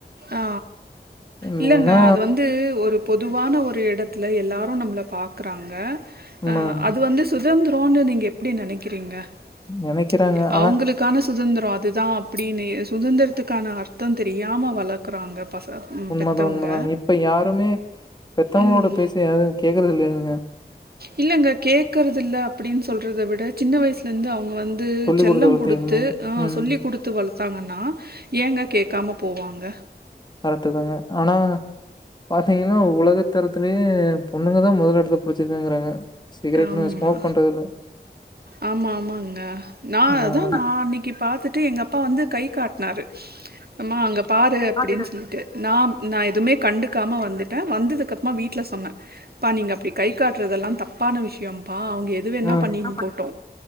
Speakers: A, on the right (about 60°); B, on the left (about 25°).
A: அ
B: மெயினா
A: இல்லங்க அது வந்து ஒரு பொதுவான ஒரு இடத்துல எல்லாரு நம்ப்ள பாக்குறாங்க
B: உண்மதாங்க.
A: அ அது வந்து சுதந்தி <unintelligible> நீங்க எப்படி நெனைக்கிறீங்க
B: நெனைக்கிறாங்க.
A: ச்ச் எ
B: ஆனா
A: அவுங்களுக்கான சுதந்திரோ அதுதா அப்டீனு எ சுதந்திர <unintelligible> <unintelligible> தெரியாம வளர்க்குறாங்க பச ம்
B: உண்மதா
A: பெத்தவங்க.
B: உண்மதா இப்ப யாருமே பெத்தவங்களோட
A: ம்.
B: பேச்சயாரு கேக்குறது <unintelligible>
A: இல்லங்க கேக்குறதுல்ல அப்படின் சொல்றத விட சின்ன வய்சல இந்து அவுங் அவங்க வந்து
B: சொல்லிக்
A: செல்லம்
B: வளர்த்திருந்தாங்க.
A: குடுத்து அ
B: ம்.
A: சொல்லி குடுத்து வளர்த்தாங்கன்னா ஏங்க கேக்காம போவாங்க
B: கரெக்ட் தாங்க ஆனா பாத்தீங்கன்னா உலகத்தரத்திலயே பொண்ணுங்கதான் முதல் இடத்தை புடிச்சிருக்கிறாங்க சிகரெட்டும்
A: ஆமா.
B: ஸ்மோக் பண்றது இல்ல
A: ஆமா ஆமாங்க நான்
B: ஆ.
A: அதான்
B: அத
A: நான் அன்னைக்கு பாத்துட்டு எங்க அப்பா வந்து கை காட்னாரு அம்மா அங்க பாரு அப்படின்னு
B: அது
A: சொல்லிட்டு நான் நான் எதுவுமே கண்டுக்காம வந்துட்டே வந்ததுக்கப்புறமா வீட்டில் சொன்னே அப்பா நீங்கள் அப்படி கை காட்டுறதெல்லாம் தப்பான விஷயம்ப்பா அவுங்க எது வேணா
B: ஆ. எதுன்னா
A: பண்ணிட்டு
B: பண்ணி
A: போட்டூ